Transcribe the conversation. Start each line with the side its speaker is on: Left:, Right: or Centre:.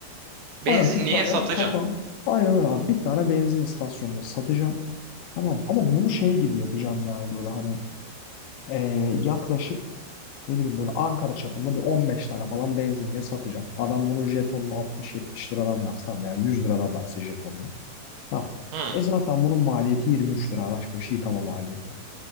Right: Benzinliğe
Left: Aynen bir tane
Right: satacağım.
Left: ha ha Aynen öyle abi. Bir tane benzin istasyonuna satacağım. Tamam ama bunu şey gibi yapacağım yani böyle hani eee, yaklaşık ne bileyim böyle Ankara çapında bir 15 tane falan benzinliğe satacağım. Adam bunun jetonunu 60-70 liradan varsa tamam ya 100 liradan varsa jetonunu. Tamam.
Right: Hı.
Left: E zaten bunun maliyeti yirmi üç lira araç başı yıkama maliyeti.